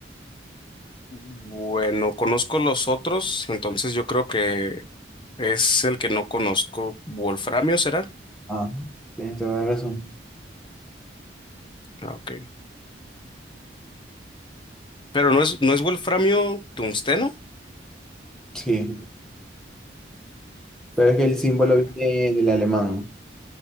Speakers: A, on the left; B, in the centre.
A: Bueno, conozco los otros, entonces yo creo que Es el que no conozco. ¿Wolframio será?
B: Ah, tienes toda la razón.
A: Ah, ok. Pero no es, no es wolframio tungsteno.
B: Sí, pero es que el símbolo
A: Ah, ya.
B: viene del alemán,